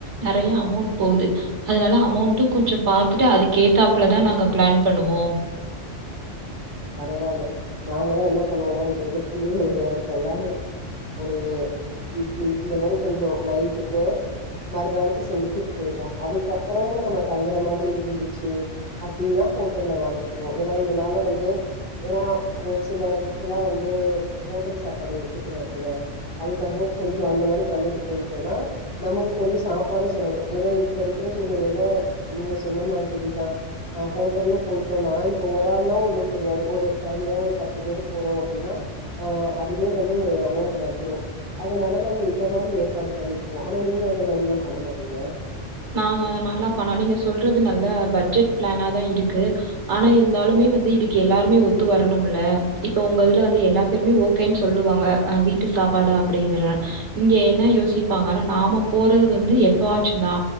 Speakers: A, on the right; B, on the left.
A: நறையா அமௌண்ட்டு போகுது அதனால அமௌண்டு கொஞ்சோ பாத்துட்டு அது கேத்தாப்லதா நாங்க ப்ளான் பண்ணுவோ
B: பரவால்ல நாங்களா என்ன பண்ணுவோனோங்கறது புளியோதர இதெல்லா ஒரு இட்லி இந்த மாரி கொஞ்சோ நைட்டுக்கு மறுநாளுக்கு செஞ்சுட்டு போயிருவோ அதுக்கப்புறமோ நம்மோ தங்குற மாதிரி இருந்துச்சு அப்டீன்னா ஹோட்டல்ல வாங்கிக்கிறவோ ஏன்னா இதனால வந்து ஏன்னா ஒரு சிலருக்குல்லா வந்து ஹோட்டல் சாப்பாடு ஒத்துக்கறாது இல்ல அதுக்காக கொஞ்சோ அந்த மாதிரி பண்ணிட்டு போயிட்டோனா நமக்கு கொஞ்சோ சாப்பாடு செலவு ஏன்னா இப்ப இருக்க இந்த சூழ்நிலைல நீங்கசொன்ன மாதிரிதா அ ஹோட்டல்னு போயிட்டோனா இப்ப ஒரு ஆள்னா ஒன்னோ தெரியாது ஒரு ஃபேமிலியா ஒரு பத்து பேரு போறோ அப்டீன்னா அ அதுவே வந்து ஒரு அமௌண்ட்டு வந்துரோ அதனால நாங்க இந்த மாரி ஏற்பாடு பண்ணிக்குருவோ ஆனா நீங்க அந்த மாதிரி எல்லா பண்ண மாட்டீங்க
A: நாங்க அந்த மார்லா பண்ணோ நீங்க சொல்றது நல்ல பட்ஜெட் பிளானாதா இருக்கு ஆனா இருந்தாலுமே இது வந்து இதுக்கு எல்லாருமே ஒத்து வரணோம்ல இப்ப உங்கிதுல வந்து எல்லா பேருமே ஓகேன்னு சொல்லுவாங்க வீட்டுக் சாப்பாடு அப்டீங்கற இங்க என்ன யோசிப்பாங்கனா நாம போறது வந்து எப்பாவுச்சுந்தா